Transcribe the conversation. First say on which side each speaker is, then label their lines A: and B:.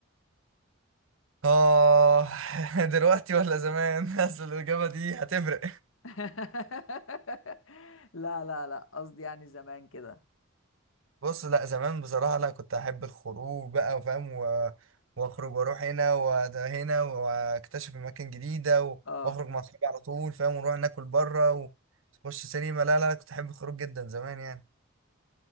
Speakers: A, on the right; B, on the left.
A: آه، <laughs> دلوقتي ولا زمان <laughs> اصل الاجابه دي هتفرق
B: <laughs> لا لا لا قصدي يعني زمان كده
A: بص لا زمان بصراحة لا كنت أحب الخروج بقى وفاهم و... وأخرج وأروح هنا وده هنا وأكتشف أماكن جديدة و...
B: اه
A: وأخرج مع أصحابي على طول فاهم ونروح ناكل بره ونخش سينما لا لا كنت أحب الخروج جدا زمان يعني